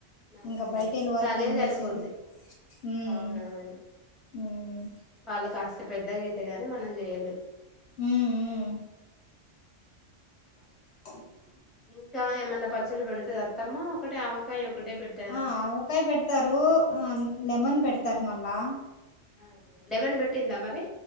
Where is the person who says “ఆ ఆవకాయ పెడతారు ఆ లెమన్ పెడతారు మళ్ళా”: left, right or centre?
Left